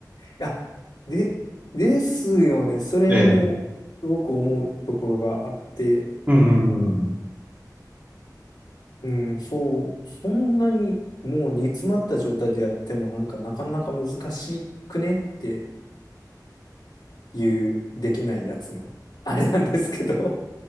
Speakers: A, on the left; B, on the right.
A: あ、で、ですよね。それもすごく思うところがあって、
B: ええ。うんうんうんうん。
A: うん、そう、そんなにもう煮詰まった状態でやってもなんかなかなか難しくねっていうできないやつの、あれなんですけど。